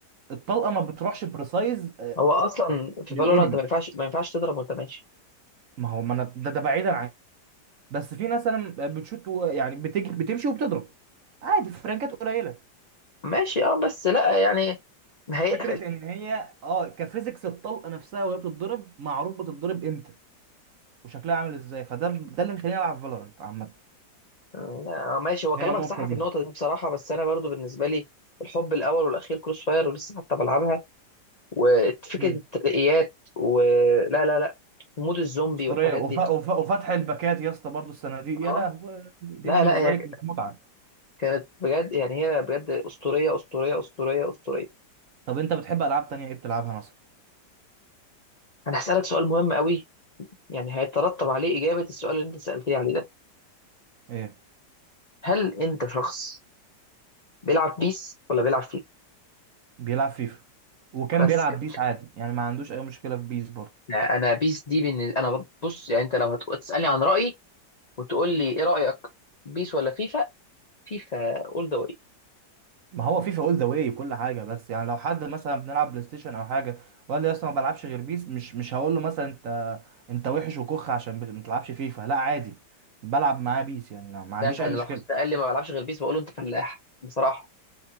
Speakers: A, on the right (about 60°); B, on the left (about 50°).
A: الطلقه ما بتروحش بريسايز
B: هو اصلا في
A: للانمي
B: فالورانت ما ينفعش ما ينفعش تضرب وانت ماشي
A: ما هو ما انا ده ده بعيدا عن بس في ناس مثلا بتشوت و- يعني بتجي بتمشي وبتضرب عادي فرانكات قليله
B: ماشي اه بس لا يعني هي
A: فكره ان هي اه كفيزيكس الطلقه نفسها وهي بتتضرب معروف بتتضرب امتى وشكلها عامل ازاي فده ده اللي مخليني العب فالورانت عامه
B: لا، آه، ماشي هو كلامك
A: هي النقطه
B: صح في
A: دي
B: النقطة دي بصراحة بس أنا برضو بالنسبة لي الحب الأول والأخير كروس فاير ولسه حتى بلعبها وفكرة
A: مم.
B: الترقيات ولا لا لا مود الزومبي
A: اسطوريه
B: والحاجات
A: وف...
B: دي
A: وف... وفتح الباكات يا اسطى برضه الصناديق
B: اه
A: يا لهوي دي
B: لا
A: بالنسبه
B: لا هي
A: لي كانت متعه
B: كانت بجد يعني هي بجد أسطورية أسطورية أسطورية أسطورية
A: طب انت بتحب العاب تانية ايه بتلعبها مثلا
B: أنا هسألك سؤال مهم قوي يعني هيترتب عليه إجابة السؤال اللي أنت سألتني عليه ده
A: ايه
B: هل أنت شخص بيلعب بيس ولا بيلعب فيفا؟
A: بيلعب فيفا وكان
B: بس
A: بيلعب
B: كده
A: بيس عادي يعني ما عندوش اي مشكله في بيس برضه
B: أنا بيس دي بالنسبة أنا بص يعني أنت لو هتسألني عن رأيي وتقول لي ايه رايك بيس ولا فيفا فيفا اول ذا واي
A: ما هو فيفا اول ذا واي وكل حاجه بس يعني لو حد مثلا بنلعب بلاي ستيشن او حاجه وقال لي اصلا ما بلعبش غير بيس مش مش هقول له مثلا انت انت وحش وكخ عشان بت- ما بتلعبش فيفا لا عادي بلعب معاه بيس يعني ما, ما عنديش
B: ده انا
A: اي مشكله
B: لو حد قال لي ما بلعبش غير بيس بقول له انت فلاح بصراحه